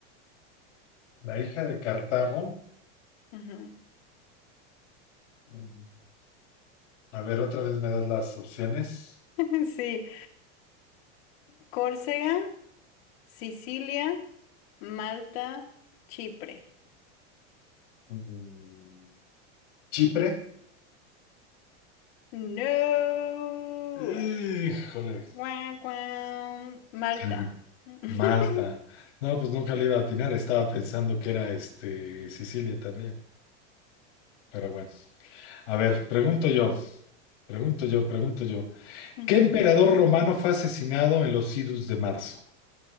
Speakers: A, on the left; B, on the left.
A: La hija de Cartago.
B: Ujú.
A: Mm, A ver, otra vez me das las opciones.
B: <laughs> Sí, Córcega, Sicilia, Malta, Chipre.
A: Mm, Chipre.
B: No.
A: Híjole,
B: Guau, guau. Malta.
A: <laughs>
B: <laughs>
A: Malta. No, pues nunca le iba a atinar, estaba pensando que era este Sicilia también. Pero bueno, a ver, pregunto yo, pregunto yo, pregunto yo.
B: Ujú.
A: ¿Qué emperador romano fue asesinado en los Idus de marzo?